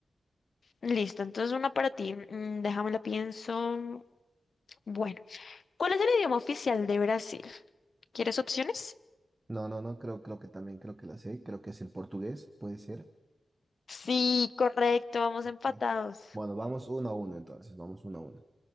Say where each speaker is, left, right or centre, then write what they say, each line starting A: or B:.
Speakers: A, on the left (about 60°); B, on the right (about 20°).
A: Listo, entonces una para ti. Mm, déjame la pienso. Bueno, ¿cuál es el idioma oficial de Brasil? ¿Quieres opciones?
B: No, no, no, creo, creo que también, creo que la sé. Creo que es el portugués, puede ser.
A: Sí, correcto, vamos empatados.
B: Bien. Bueno, vamos uno a uno entonces, vamos uno a uno.